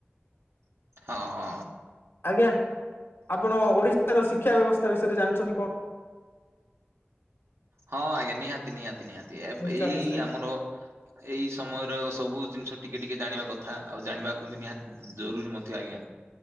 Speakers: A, on the right; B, on the left.
A: ହଁ ହଁ।
B: ଆଜ୍ଞା। ଆପଣ ଓଡ଼ିଶାର ଶିକ୍ଷା ବ୍ୟବସ୍ଥା ବିଷୟରେ ଜାଣିଛନ୍ତି କଣ?
A: ହଁ ଆଜ୍ଞା ନିହାତି-ନିହାତି-ନିହାତି ଏବ
B: ନିଶ୍ଚୟ
A: ଏଇ
B: ନିଶ୍ଚୟ
A: ଆମର ଏଇ ସମୟର ସବୁ ଜିନିଷ ଟିକେ-ଟିକେ ଜାଣିବା କଥା ଆଉ ଜାଣିବାକୁ ବି ନିହାତି ଜରୁରି ମଧ୍ୟ ଆଜ୍ଞା।